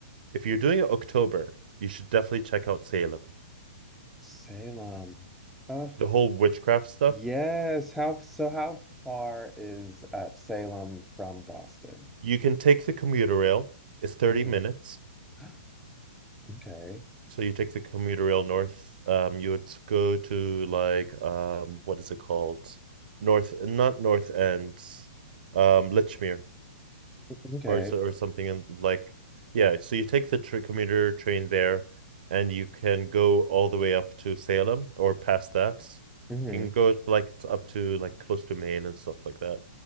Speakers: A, on the right (about 50°); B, in the centre.
A: if you're doing it October, you should definitely check out Salem.
B: Salem. Oh,
A: The whole witchcraft stuff.
B: yes. How so how far is uh, Salem from Boston?
A: You can take the commuter rail. It's 30
B: hmm
A: minutes.
B: <gasps> Okay.
A: So you take the commuter rail north. Um, you would s- go to like um, what is it called? North, not North End, um, Lichmere.
B: Okay.
A: or so, or something in like yeah. So you take the tr commuter train there, and you can go all the way up to Salem or past that.
B: hmm
A: You can go like t- up to like close to Maine and stuff like that.